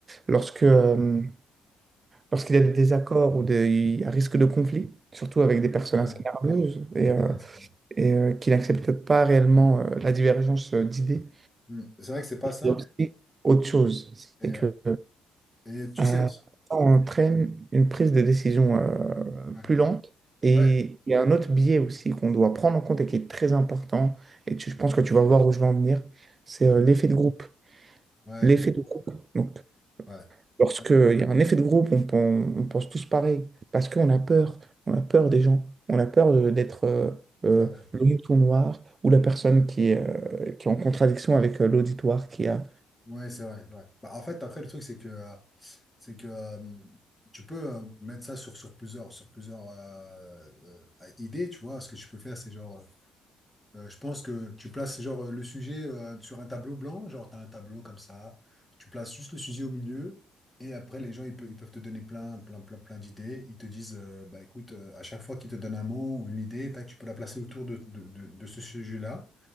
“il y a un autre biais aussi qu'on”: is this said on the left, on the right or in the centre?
Right